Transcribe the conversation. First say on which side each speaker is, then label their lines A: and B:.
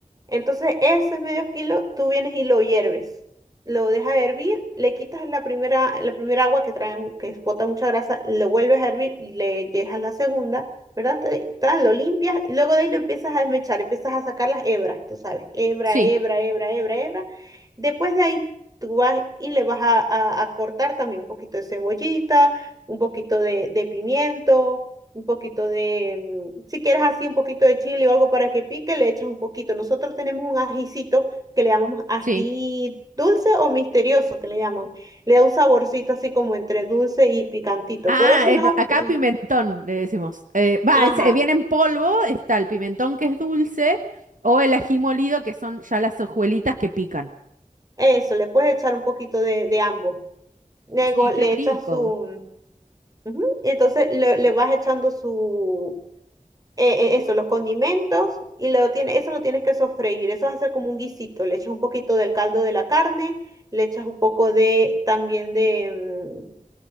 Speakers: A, on the right; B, on the right.
A: Entonces, ese medio kilo tú vienes y lo hierves. Lo dejas hervir, le quitas la primera, la primera agua que trae, mu- que bota mucha grasa, lo vuelves a hervir, le dejas la segunda, ¿verdad? Te- tal, lo limpias y luego de ahí lo empiezas a desmechar, empiezas a sacar las hebras, tú sabes, hebra,
B: Sí,
A: hebra, hebra, hebra, hebra. Después de ahí tú vas y le vas a, a- a cortar también un poquito de cebollita, un poquito de, de pimiento un poquito de, mm, si quieres así, un poquito de chile o algo para que pique, le echas un poquito. Nosotros tenemos un ajicito que le llamamos ají
B: sí.
A: dulce o misterioso, que le llaman. Le da un saborcito así como entre dulce y picantito,
B: Ah,
A: pero si
B: eh,
A: no,
B: no, acá
A: pues,
B: pimentón le decimos. Eh, va,
A: ajá,
B: es- eh, viene en polvo, está el pimentón que es dulce o el ají molido que son ya las hojuelitas que pican.
A: eso, le puedes echar un poquito de, de ambos. Luego
B: sí,
A: le
B: qué rico.
A: echas su, mm, ujú, entonces le, le vas echando su eh, eh, eso, los condimentos, y lo tiene, eso lo tienes que sofreír, eso vas a hacer como un guisito, le echas un poquito del caldo de la carne, le echas un poco de, también de, mm,